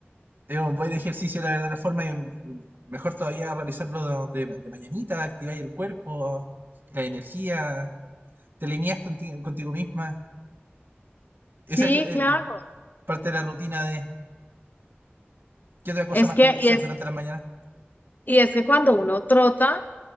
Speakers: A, on the right; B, on the left.
A: Es un buen ejercicio, la verdad, la forma, y mm, mejor todavía realizarlo de, de- de mañanita, activar el cuerpo, la energía, te alineas conti- contigo misma. Esa
B: Sí,
A: es
B: claro.
A: eh, parte de la rutina de, ¿Qué otra cosa
B: Es
A: más
B: que,
A: te gusta
B: y
A: hacer
B: es,
A: durante la mañana?
B: y es que cuando uno trota,